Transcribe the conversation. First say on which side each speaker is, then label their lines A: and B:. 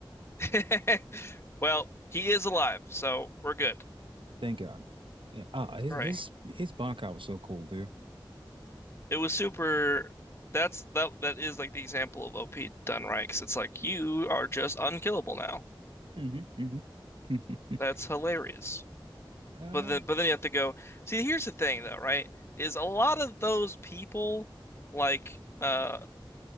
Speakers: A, on the left (about 30°); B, on the right (about 70°).
A: <laughs> Well, he is alive, so we're good.
B: Thank God. And ah, his
A: Hooray.
B: his, his Bankai was so cool, dude.
A: it was super. That's that that is like the example of OP done right, 'cause it's like you are just unkillable now.
B: Mm-hmm. Mm-hmm.
A: That's hilarious.
B: <laughs> uh,
A: But then but then you have to go. See, here's the thing though, right? Is a lot of those people like uh